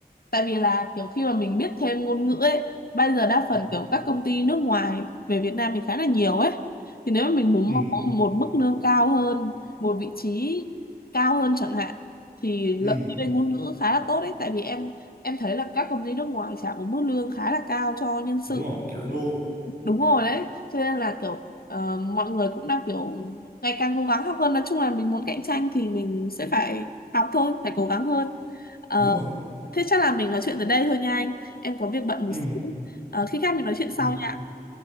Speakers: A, on the left; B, on the right.
A: tại vì là kiểu khi mà mình biết thêm ngôn ngữ ấy bây giờ đa
B: ừ.
A: phần kiểu các công ty nước ngoài về Việt Nam mình khá là nhiều ấy thì nếu mà mình muốn
B: Ừ.
A: mong có một mức lương cao hơn một vị trí cao hơn chẳng hạn thì lợi
B: ừ,
A: thế về ngôn ngữ khá là tốt đấy tại vì em em thấy là các công ty nước ngoài trả một mức lương khá là cao cho nhân sự
B: đúng rồi kiểu đô
A: đúng rồi đấy cho nên là kiểu ờ, mọi người cũng đang kiểu ngày càng cố gắng học hơn nói chung là mình muốn cạnh tranh thì mình sẽ phải học thôi phải cố gắng hơn Ờ,
B: đúng rồi
A: Thế chắc là mình nói chuyện tới đây thôi nha anh. Em có việc bận một
B: ừ.
A: xíu. Ờ, khi khác mình nói chuyện sau
B: ừ.
A: nha.